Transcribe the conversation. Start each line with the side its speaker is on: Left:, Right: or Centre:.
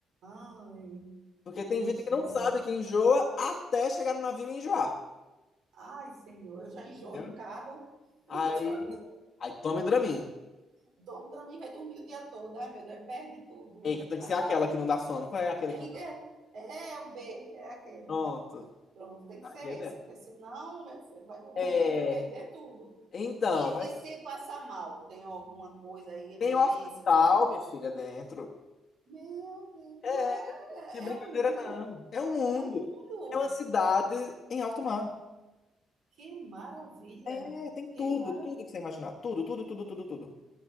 Right: Ai,
Left: Porque tem
Right: o enjoo.
Left: gente que não sabe que enjoa até chegar no navio e enjoar.
Right: Ai, Senhor, eu já enjoo
Left: Entendeu?
Right: em carro. <laughs>
Left: Aí, aí tome Dramin.
Right: Dorme para mim, vai dormir o dia todo. Ai, meu Deus, perde tudo.
Left: Eita, tem que
Right: Aí
Left: ser aquela
Right: tá,
Left: que não dá sono. Qual é aquela
Right: tem
Left: que não dá
Right: que. É,
Left: sono?
Right: é o B, é aquele.
Left: Pronto.
Right: Pronto, tem que
Left: Aquele
Right: ser esse,
Left: é.
Right: porque senão, meu filho, vai dormir
Left: É.
Right: e vai perder tudo.
Left: Então,
Right: E,
Left: mas
Right: e se passar mal, tem alguma coisa aí, emergência,
Left: Tem um hospital,
Right: como é?
Left: minha filha, dentro.
Right: Meu Deus, então
Left: É,
Right: é,
Left: não é brincadeira,
Right: é um mundo,
Left: não. É um mundo.
Right: é um mundo.
Left: É uma cidade em alto mar.
Right: Que maravilha,
Left: É, tem
Right: que
Left: tudo,
Right: maravilha.
Left: tudo que você imaginar. Tudo, tudo, tudo, tudo, tudo.